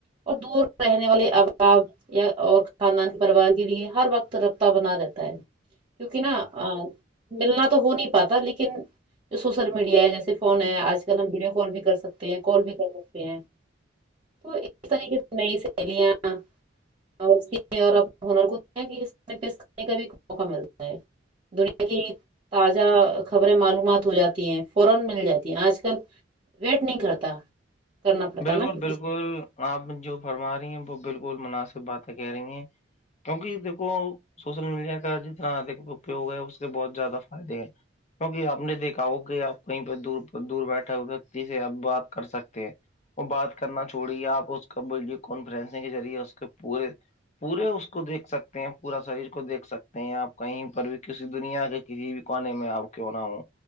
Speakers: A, on the right; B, on the left.
A: اور دور رہنے والے ابھاؤ یا اور خاندان پرریوار کے لیے ہر وقت رابطہ بنا رہتا ہے کیونکہ نا ملنا تو ہو نہیں پا لیکن جو سوشل میڈیا ہے جیسے فون ہے آج کل ہم ویڈیو کال بھی کر سکتے سکتے ہیں کال بھی کر سکتے ہیں تو اس طریح کی سے نئی سیلیاں اورر کو کا بھی موقع ملتا ہے دنیا کی اجا خبریں معلومات ہو جاتی ہیں فورا مل جاتی ہیں اج کل ویٹ نہیں کرتا کرنا پڑتا
B: بالکل
A: نا کسی
B: بالکل آپ جو فرما رہی ہیں وہ بالکل مناسب باتیں کہہ رہی ہیں کیونکہ دیکھو سوشل میڈیا کا جتنا اد اپیوگ ہے اس کے بہت زیادہ فائدے ہیں کیکہ آپ نے دیکھا ہو کہ آپ کہیں پہ دور دور بیٹھے ہو وتی سے آپ بات کر سکتے ہیں وہ بات کرنا چوڑیے آپ اس کو ویڈیو کانفرنسنگ کے ذریعے اس کے پورے پورے اس کو دیکھ سکتے ہیں پورا شریر کو دیکھ سکتے ہیں آپ کہیں پر بھی کسی دنیا کے کسی بھی کوان میں آب کیوں نہ ہوں